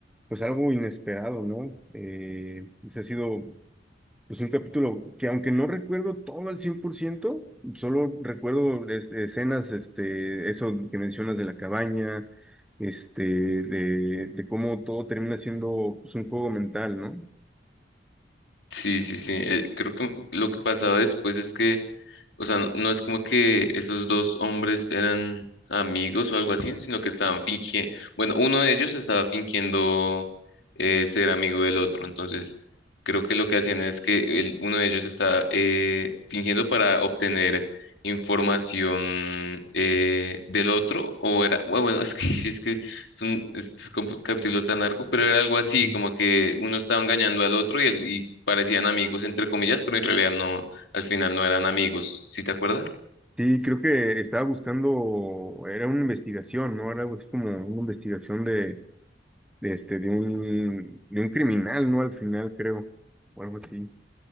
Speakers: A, in the centre; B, on the left (about 75°).
A: pues, algo inesperado, ¿no? Eh, ese ha sido. Pues un capítulo que aunque no recuerdo todo al 100% solo recuerdo este, escenas, este, eso que mencionas de la cabaña, este, de, de cómo todo termina siendo pues, un juego mental, ¿no?
B: Sí, sí, sí, eh, creo que lo que pasaba después es que... O sea, no, no es como que esos dos hombres eran amigos o algo así, sino que estaban fingiendo, bueno, uno de ellos estaba fingiendo eh, ser amigo del otro, entonces creo que lo que hacían es que el- uno de ellos estaba eh, fingiendo para obtener información eh, del otro, o era, bu- bueno, es que, <laughs> es que es un, es como un capítulo tan largo, pero era algo así,
A: Mm.
B: como que uno estaba engañando al otro y, el- y parecían amigos, entre comillas, pero en realidad no al final no eran amigos, ¿sí te acuerdas?
A: Sí, creo que estaba buscando, era una investigación, ¿no? Era algo así como una investigación de, de, este, de un, de un criminal, ¿no? Al final, creo, o algo así.